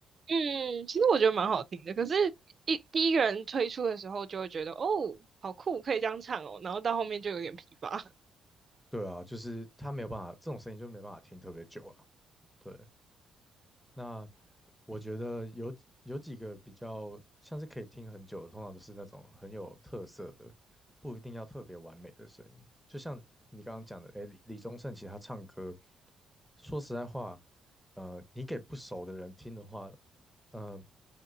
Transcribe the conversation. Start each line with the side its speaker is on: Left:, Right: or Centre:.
Right: 嗯，其实我觉得蛮好听的，可是一第一个人推出的时候就会觉得哦，好酷，可以这样唱哦，然后到后面就有点疲乏。<laughs>
Centre: 对啊，就是他没有办法，这种声音就没办法听特别久啊。对，那我觉得有有几个比较像是可以听很久的，通常都是那种很有特色的，不一定要特别完美的声音。就像你刚刚讲的，诶，李李宗盛其实他唱歌，说实在话，呃，你给不熟的人听的话，呃，